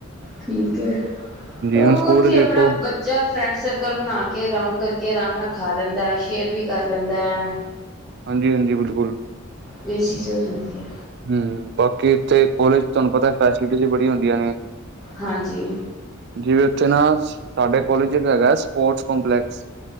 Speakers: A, in the centre; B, on the right.
A: ਠੀਕ ਐ, ਅ
B: ਹੁਣ ਸਕੂਲ
A: ਉੱਥੇ
B: ਚ ਵੇਖੋ
A: ਆਪਨਾ ਬ ਜਾਂ ਫਰੈਂਡ ਸਰਕਲ ਬਣਾ ਕੇ ਰਾਊਂਡ ਕਰਕੇ ਆਰਾਮ ਨਾ ਖਾ ਲੈਂਦਾ ਸ਼ੇਅਰ ਵੀ ਕਰ ਲੈਂਦਾ ਐ। <inaudible>
B: ਹਾਂਜੀ-ਹਾਂਜੀ ਬਿਲਕੁਲ।
A: ਏ ਚੀਜ਼ ਹੋ ਜਾਂਦੀ ਆ।
B: ਹੂੰ ਬਾਕੀ ਇੱਥੇ ਕੋਲੇਜ ਧਾਨੂੰ ਪਤਾ ਐ ਫੈਸਿਲਿਟੀਜ਼ ਬੜੀ ਹੁੰਦੀਆਂ ਨੇ।
A: ਹਾਂਜੀ।
B: ਜੇਵੇ ਉੱਥੇ ਨਾ ਸ ਸਾਡੇ ਕੋਲਜ ਏ ਹੈਗਾ ਸਪੋਰਟਸ ਕੰਪਲੈਕਸ।